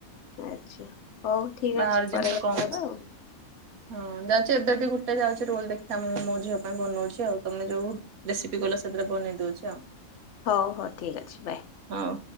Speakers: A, on the left; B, on the right.
A: ଆଚ୍ଛା ହଉ ଠିକ
B: ବାହାର
A: ଅଛି
B: ଜିନିଷ
A: ପରେ କଥା
B: କମ ୟୁଜ
A: ହବା
B: କରିବ।
A: ଆଉ।
B: ହଁ ଯାଉଛି ଏବେ ବି ଗୋଟେ ଯାଉଛି ରୋଲ ଦେଖି ମୁମ ମୋ ଝିଅ ପାଇଁ ବନଉଛି ଆଉ ତମେ ଯୋଉ ରେସିପି କଲ ସେଥିରେ ବନେଇ ଦଉଛି ଆଉ।
A: ହଉ ହଉ ଠିକ ଅଛି ବାଏ।
B: ହଉ।